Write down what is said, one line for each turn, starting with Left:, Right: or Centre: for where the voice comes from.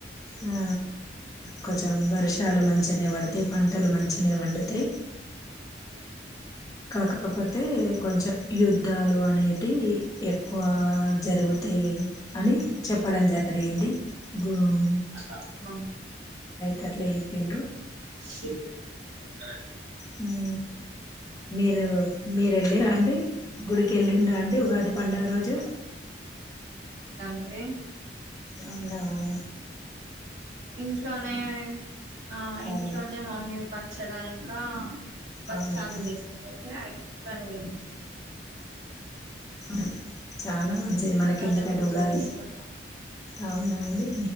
Left: ఆ కొంచెం వర్షాలు మంచి పంచనే పడతేయి పంటలు మంచినే పండుతాయి
Right: ఆ
Left: కాకపోతే కొంచెం యుద్ధాలు అనేటి ఎక్కువ జరుగుతాయి అని చెప్పడం జరిగింది గు
Right: ఫస్ట్ ఆ ఆహా
Left: గట్ల చెప్పిరు
Right: సెలు డాడీ
Left: హు మీరు మీర వెళ్ళరా అండి గుడికి కి వెళ్ళిండ్రా అండి ఉగాది పండుగ రోజు
Right: అది
Left: అవునా ఆన్
Right: ఇంట్లోనే ఆ ఇంట్లోనే
Left: అవును
Right: మమ్మీ పచ్చడా ఇంకా బచ్చాలు
Left: అవునా
Right: చేసినా అయితే ఇంట్లోనే తిన్నా
Left: <inaudible> చాలా మంచిది మనకి
Right: ఇంట్లోనే
Left: ఎందుకంటే
Right: పూజ
Left: ఉగాది
Right: చేసుకున్నాం
Left: అవునా అండి